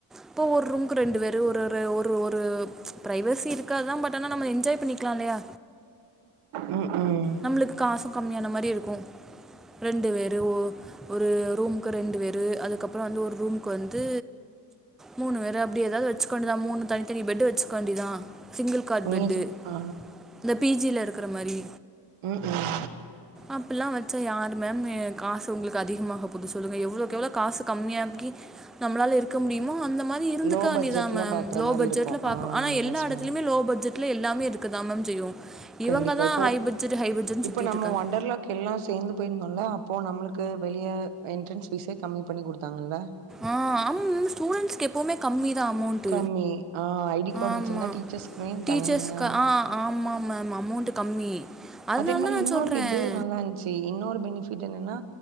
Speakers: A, in the centre; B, on the right.
A: இப்போ ஒரு ரூம்க்கு ரெண்டு பேரு ஒரு ஒரு பிரைவசிஇருக்காது ஆ பட் தன நம்ம என்ஜாய் பண்ணிக்கல்லையா
B: உம் உம்
A: நம்மளுக்கு காஸ்சு கம்மியான மாரி இருக்கு ரெண்டு பேரு ஓ ஒரு ரூமுக்கு ரெண்டு பேரு அதுக்கப்புறோ வந்து ஒரு ரூமுக்கு வந்து மூணு வேற அப்டி ஏதாவது வச்சுக்க வேண்டியது தா மூணு தனித்தனி பெட்டு வச்சுக்க வேண்டிதா சிங்கிள் கார்ட்
B: நீங்க
A: பெட்டு
B: சொ ஆ
A: இந்த பி ஜி யில இருக்கற மாரி
B: உம் உம்
A: அப்டில்லா வச்சா யாரு மேம் காசு உங்களுக்கு அதிகமாக போது சொல்லுங்க எவ்ளோக்கோ எவ்ளோ காஸ்சு கம்மியாக்கி நம்மளால இருக்க முடியுமோ அந்த மார் இருந்துக்
B: லோ
A: காண்டி
B: பட்ஜெட்ல
A: தா மேம்
B: பாக்குற
A: லோ
B: மாரி
A: பட்ஜெட்ல
B: இருக்கு
A: பாக்க
B: ஆ
A: ஆனா எல்லா
B: எஸ்
A: எடத்துலையுமே
B: மேம்
A: லோ பட்ஜெட் கிலைகள் எல்லாமே இருக்கதா மேம் செய்யு இவங்கதா
B: கண்டிப்பா இப்போ
A: ஹை பட்ஜெட் ஹை பட்ஜெட்னு
B: இப்ப
A: சுத்திட்டு
B: நம்ம
A: இருக்காங்க
B: ஒண்டர்லாக் எல்லா சேந்து போயிருந்தோல்ல அப்போ நம்மளுக்கு வெளிய என்ட்ரன்ஸ் ஃபீஸே கம்மி பண்ணி குடுத்தாங்கல்ல
A: ஆ ஆம மிஸ் ஸ்டூடண்ட்ஸ்க்கு எப்பவுமே கம்மி தா அமௌண்ட்
B: கம்மி ஆ ஐடி கார்டு
A: ஆமா
B: வச்சிருந்தா டீச்சர்ஸ்க்குமே
A: டீச்சர்ஸ்க்கு
B: தனியா
A: ஆ ஆமாம் மேம் அமௌண்ட்டு கம்மி அதனால
B: அதே மரி
A: தான் நான்
B: இன்னொரு
A: சொல்கிறேன்
B: இது நல்லா இருந்துச்சு இன்னொரு பெனிஃபிட் என்னன்னா